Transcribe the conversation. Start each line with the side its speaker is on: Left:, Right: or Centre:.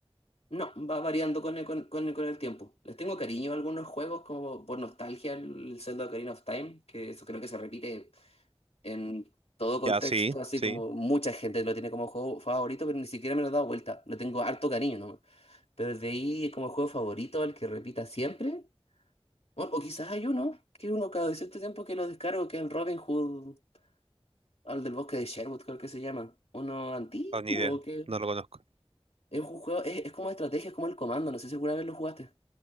Left: No, va variando con el, con, con- el, con el tiempo. Les tengo cariño a algunos juegos, como por nostalgia, el Zelda Ocarina of Time, que eso creo que se repite en todo contexto,
Right: Ya, sí,
Left: así
Right: sí.
Left: como mucha gente lo tiene como juego favorito, pero ni siquiera me lo he dado vuelta. Lo tengo harto cariño, ¿no? Pero de ahí como juego favorito, el que repita siempre. O, o quizás hay uno, que uno cada cierto tiempo que lo descargo, que es el Robin Hood, al del bosque de Sherwood, creo que se llama. Uno antiguo,
Right: Ah, ni idea,
Left: que
Right: no lo conozco.
Left: es un juego, es, es como de estrategia, es como el comando, no sé si alguna vez lo jugaste.